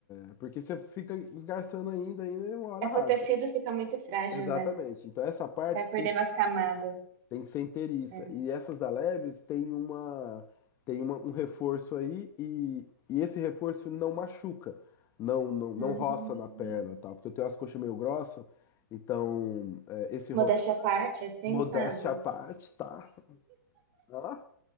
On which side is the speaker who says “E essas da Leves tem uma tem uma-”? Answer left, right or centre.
Left